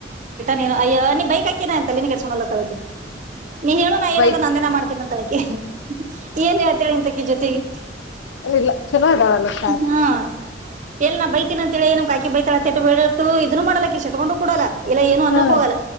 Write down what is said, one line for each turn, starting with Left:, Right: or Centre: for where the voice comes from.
Right: ನೀ ಅಯ್ಯ ನೀನ್ ಬೈಕ್ ಹಕ ಅಂತಲ್ಲ ನೀ ಕೆಡಸೋಲ್ಲ ತಳ ನೀ ಹೇಳುಾ ಏನ
Left: ಬೈ
Right: ನಂದೇ ಮಾಡ್ ತಿನ್ನ ತಳಕ್ಕೆ ಏನ್ ಹೇಳ್ತಾಳ ಇಂತಕ ಜೊತೆಗೆ
Left: ಇಲ್ಲ ಚಲೋ ಅದಾವಲ್ಲ ಸಾಕ
Right: ಹಾ ಎಲ್ ನಾ ಬೈತೀನ ಅಂತ ಹೇಳಿ ನಮ ಕಕಿ ಬೈತಳಾ ತಟ್ಟ ಬಿಟ್ಟ ಇದನ್ನು ಮಾಡಲಾಕಿ ಶಟ್ಕೊಂಡು ಕೊಡಲ್ಲ ಇಲ್ಲ ಏನು ಅನ್ನಕ್
Left: ಹಾ
Right: ಹೋಗಲ್ಲ